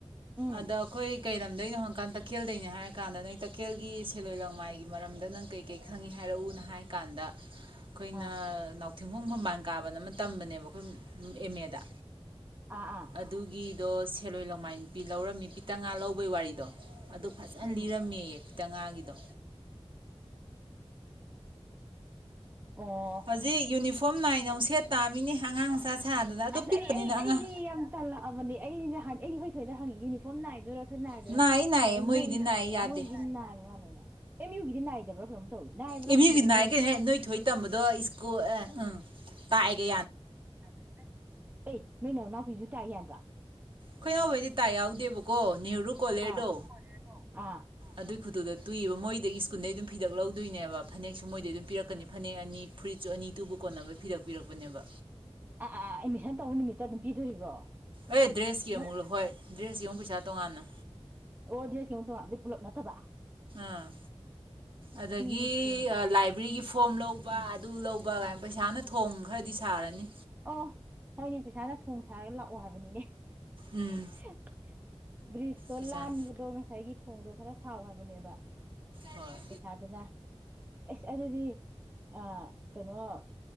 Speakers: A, on the right; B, on the right.
A: ꯎꯝ
B: ꯑꯗ ꯑꯩꯈꯣꯏ ꯀꯩ ꯂꯝꯝꯗꯏꯅꯣ ꯍꯪꯀꯥꯟꯗ ꯇꯈꯦꯜꯗꯩꯅ ꯍꯥꯏꯔ ꯀꯥꯟꯗ ꯅꯪ ꯇꯈꯦꯜꯒꯤ ꯈꯦꯜꯂꯣꯏ ꯂꯣꯡꯃꯥꯏꯒꯤ ꯃꯔꯝꯗ ꯅꯪ ꯀꯩꯀꯩ ꯈꯪꯉꯤ ꯍꯥꯏꯔꯛꯎꯅ ꯍꯥꯏ ꯀꯥꯟꯗ ꯑꯩꯈꯣꯏꯅ
A: ꯑꯥ
B: ꯊꯦꯡꯈꯣꯡ ꯐꯝꯕꯥꯜ ꯀꯥꯕꯗ ꯇꯝꯕꯅꯦꯕ ꯑꯩꯈꯣꯏ ꯑꯦꯝ ꯃꯦꯗ
A: ꯑꯥ ꯑꯥ
B: ꯑꯗꯨꯒꯤ ꯑꯗꯣ ꯁꯦꯜꯂꯣꯏ ꯂꯣꯡꯃꯥꯏ ꯅꯨꯄꯤ ꯂꯧꯔꯝꯃꯤ ꯄꯤꯇ ꯉꯥ ꯂꯧꯕꯩ ꯋꯥꯔꯤꯗꯣ ꯑꯗꯣ ꯐꯖꯟ
A: ꯎꯝ
B: ꯂꯤꯔꯝꯃꯦꯌꯦ ꯄꯤꯇ ꯉꯥꯒꯤꯗꯣ
A: <inaudible> ꯑꯣ <inaudible>
B: ꯍꯧꯖꯤꯛ ꯌꯨꯅꯤꯐꯣꯔꯝ ꯅꯥꯏꯅ ꯑꯃꯨꯛ ꯁꯦꯠ ꯇꯥꯃꯤꯅꯦ ꯑꯉꯥꯡ ꯃꯆꯥ ꯁꯥꯗꯅ ꯑꯗꯣ
A: ꯑꯁ
B: ꯄꯤꯛꯄꯅꯤꯅ
A: ꯑꯩ
B: ꯑꯉꯥꯡ
A: ꯑꯩꯗꯤ ꯌꯥꯝ ꯇꯜꯂꯛꯑꯕꯅꯦ ꯑꯩꯗꯤ ꯍꯥꯏ ꯑꯩꯗꯤ ꯑꯩꯈꯣꯢ ꯊꯣꯏꯗ ꯍꯪꯉꯤ ꯌꯨꯅꯤꯐꯣꯝ ꯅꯥꯗꯣꯏꯔꯣ ꯅꯥꯗ꯭ꯔ
B: ꯅꯥꯏꯌꯦ ꯅꯥꯏꯌꯦ
A: ꯑꯩ
B: ꯃꯣꯏꯒꯤꯗꯤ
A: ꯃꯣꯏ
B: ꯅꯥꯏ ꯌꯥꯗꯦ
A: ꯃꯣꯏꯒꯤꯗꯤ ꯅꯥꯕ ꯃꯥꯜꯂꯦꯅꯦ ꯑꯦꯝ ꯌꯨꯒꯤꯗꯤ ꯅꯥꯏꯗꯕ꯭ꯔꯥ ꯀꯩꯅꯣꯝ ꯇꯧꯏ ꯅꯥꯏꯕ꯭ꯔꯥ
B: ꯑꯦꯝ
A: ꯈꯪꯗꯦ
B: ꯌꯨꯒꯤ ꯅꯥꯏ
A: ꯌꯨꯒꯤꯁꯨ
B: ꯀꯩꯅꯣꯍꯦ ꯅꯣꯏ ꯊꯣꯏ ꯇꯝꯕꯗꯣ ꯏꯁꯀꯨꯜ ꯎꯝ ꯇꯥꯢꯒ
A: <inaudible> ꯑꯦ ꯅꯣꯢ ꯅꯅꯥꯎꯄꯤꯖꯨ ꯇꯥꯢ ꯌꯥꯟꯕ꯭ꯔꯣ
B: ꯈꯣꯏ ꯅꯥꯎꯕꯩꯗꯤ ꯇꯥꯢ ꯌꯥꯎꯗꯦꯕꯀꯣ ꯅꯦꯍꯔꯨ ꯀꯣꯂꯦꯔꯗꯣ
A: ꯑꯥ ꯑꯥ ꯑꯥ
B: ꯑꯗꯨꯏ ꯈꯨꯇꯨꯗ ꯇꯨꯏꯕ ꯃꯣꯏ ꯗꯒꯤ ꯁ꯭ꯀꯨꯟꯗꯩ ꯑꯗꯨꯝ ꯐꯤꯗꯛ ꯂꯧꯗꯣꯢꯅꯦꯕ ꯐꯅꯦꯛꯁꯨ ꯃꯣꯏꯗꯩ ꯑꯗꯨꯝ ꯄꯤꯔꯛꯀꯅꯤ ꯐꯅꯦꯛ ꯑꯅꯤ ꯐꯨꯔꯤꯠꯁꯨ ꯑꯅꯤ ꯇꯨꯕ ꯀꯣꯟꯅꯕꯩ ꯐꯤꯗꯛ ꯄꯤꯔꯛꯄꯅꯦꯕ
A: ꯑꯥ ꯑꯥ ꯑꯦꯗꯃꯤꯁꯟ ꯇꯧꯕ ꯅꯨꯃꯤꯠꯇ ꯑꯗꯨꯝ ꯄꯤꯗꯣꯔꯤꯕ꯭ꯔꯣ
B: ꯑꯦ ꯗ꯭ꯔꯦꯁꯀꯤ
A: ꯃꯣꯏ
B: ꯑꯃꯨꯛ ꯂꯧ ꯍꯣꯏ ꯗ꯭ꯔꯦꯁꯀꯤ ꯑꯃꯨꯛ ꯄꯩꯁꯥ ꯇꯣꯡꯉꯥꯟꯅ
A: ꯑꯣ ꯗ꯭ꯔꯦꯁꯀꯤ ꯑꯃꯨꯛ ꯇꯣꯡꯉꯥꯟ ꯑꯗꯨ ꯄꯨꯂꯞ ꯅꯠꯇꯕꯥ
B: ꯑꯝ ꯑꯗꯒꯤ
A: ꯍꯨꯝꯐꯨꯃꯨꯛꯇꯤ ꯊꯤ
B: ꯂꯥꯏꯕ꯭ꯔꯦꯔꯤꯒꯤ ꯐꯣꯝ ꯂꯧꯕ
A: ꯎꯝ
B: ꯑꯗꯨ ꯂꯧꯕ
A: ꯑꯥ
B: ꯀꯥꯏ ꯄꯩꯁꯥꯅ ꯊꯣꯡ ꯈꯔꯗꯤ ꯁꯥꯔꯅꯤ
A: ꯑꯣ ꯍꯣꯏꯅꯦ ꯄꯩꯁꯥꯅ ꯊꯣꯡ ꯁꯥꯔꯒ ꯂꯥꯛꯑꯣ ꯍꯥꯏꯕꯅꯤꯅꯦ
B: ꯎꯝ
A: <inaudible> ꯕ꯭ꯔꯤꯁꯇꯣ
B: ꯄꯩꯁꯥ
A: ꯂꯟꯕꯗꯣ ꯉꯁꯥꯏꯒꯤ ꯊꯣꯡꯗꯣ ꯈꯔ ꯁꯥꯎ ꯍꯥꯏꯕꯅꯦꯕ
B: ꯍꯣꯏ
A: ꯄꯩꯁꯥꯗꯨꯅ ꯏꯁ ꯑꯗꯨꯗꯤ ꯑ ꯀꯩꯅꯣ